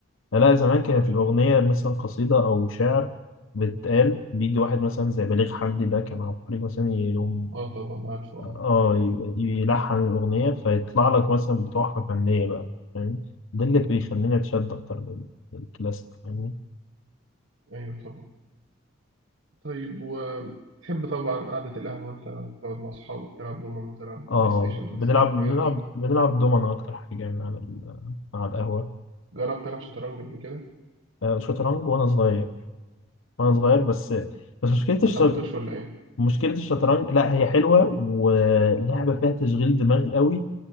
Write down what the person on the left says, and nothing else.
لا زمان كانت
الاغنيه مثلا قصيده او شعر بتقال بيجي واحد مثلا زي بليغ حمدي ده كان عبقري مثلا يقوم
اه ي- يلحن الاغنيه فيطلع لك مثلا بتوع فنيه بقى فاهم ده اللي بيخليني اتشد اكتر لل- للكلاسيك فاهمني
اه آه،
بنلعب
بنلعب
بنلعب دومنا اكتر حاجه يعني على ال- على القهوه
آه، شطرنج وانا صغير وانا صغير بس بس مشكله
الشطر...
مشكله الشطرنج لا هي حلوه ولعبه فيها تشغيل دماغ قوي